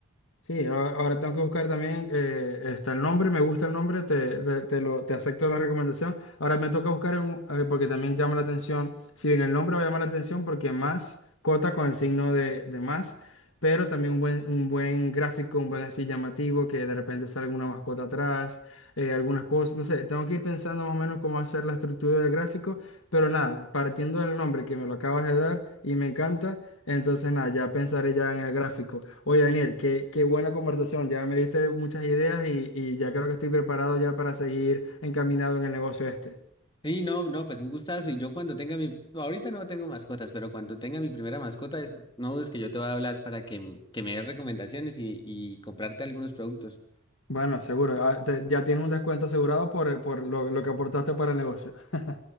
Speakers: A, on the left (about 75°); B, on the left (about 20°).
A: Sí, a- ahora tengo que buscar también, eh, está el nombre, me gusta el nombre, te, te, te lo, te acepto la recomendación. Ahora me toca buscar, en un- a ver, porque también llama la atención, si bien el nombre va a llamar la atención, porque más cota con el signo de, de más, pero también un buen, un buen gráfico, un buen así llamativo, que de repente salga alguna mascota atrás, eh, algunas cosas, no sé, tengo que ir pensando más o menos cómo hacer la estructura del gráfico, pero nada, partiendo del nombre que me lo acabas de dar y me encanta, entonces nada, ya pensaré ya en el gráfico. Oye, Daniel, qué, qué buena conversación. Ya me diste muchas ideas y, y ya creo que estoy preparado ya para seguir encaminado en el negocio este.
B: Sí, no, no, pues un gustazo. Y yo cuando tenga mi, ahorita no tengo mascotas, pero cuando tenga mi primera mascota, no dudes que yo te voy a hablar para que, m- que me des recomendaciones y, y comprarte algunos productos.
A: Bueno, seguro. ah, te- ya tienes un descuento asegurado por, por lo, lo que aportaste para el negocio. <laughs>